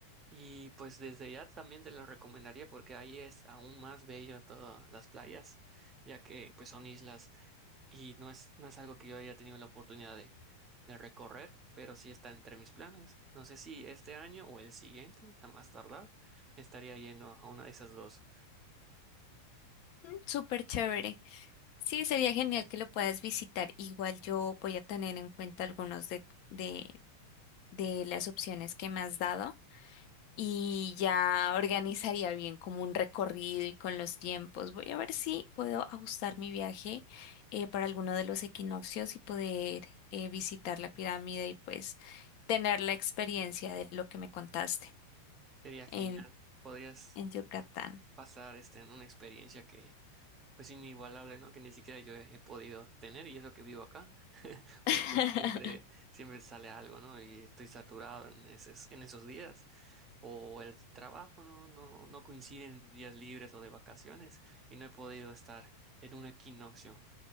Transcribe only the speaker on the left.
Mm, súper chévere. Sí, sería genial que lo puedas visitar. Igual yo voy a tener en cuenta algunos de, de, de las opciones que me has dado. y ya organizaría bien como un recorrido y con los tiempos. Voy a ver si puedo ajustar mi viaje eh, para alguno de los equinoccios y poder eh, visitar la pirámide y pues tener la experiencia de lo que me contaste
en,
en Yucatán.
<laughs>